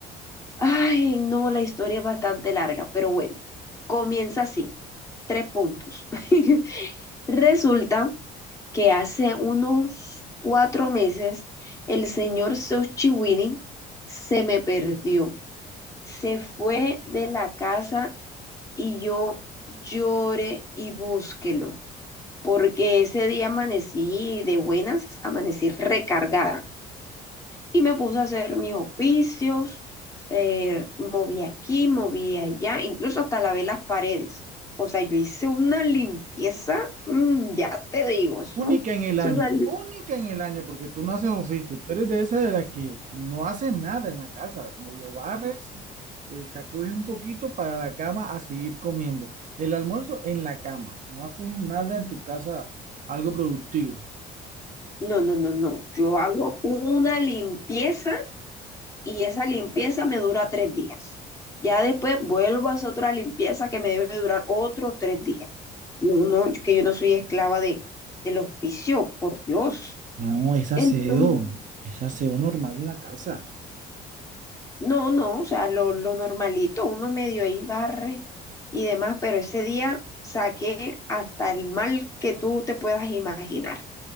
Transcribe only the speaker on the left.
Ay, no, la historia es bastante larga, pero bueno, comienza así, tres puntos. <laughs> Resulta que hace unos cuatro meses el señor Xochiwini se me perdió. Se fue de la casa y yo lloré y búsquelo, porque ese día amanecí de buenas, amanecí recargada y me puse a hacer mis oficios, eh, moví aquí, moví allá, incluso hasta lavé las paredes. O sea, yo hice una limpieza, mm, ya te digo, eso,
eso
salió
No, no, no, no. Yo hago una limpieza y esa limpieza me dura tres días. Ya después vuelvo a hacer otra limpieza que me debe durar otros tres días. No, no, que yo no soy esclava de, del oficio, por Dios.
Entonces,
No, no, o sea, lo, lo normalito, uno medio ahí barre y demás, pero ese día saqué hasta el mal que tú te puedas imaginar.